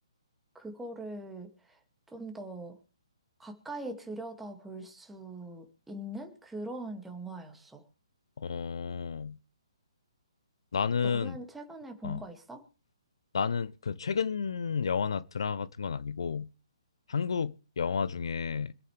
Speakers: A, in the centre; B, on the left (about 60°).
A: 그거를 좀 더 가까이 들여다볼 수 있는 그런 영화였어.
B: 어, 나는,
A: 너는 최근에 본
B: 어,
A: 거 있어?
B: 나는 그 최근 영화나 드라마 같은 건 아니고 한국 영화 중에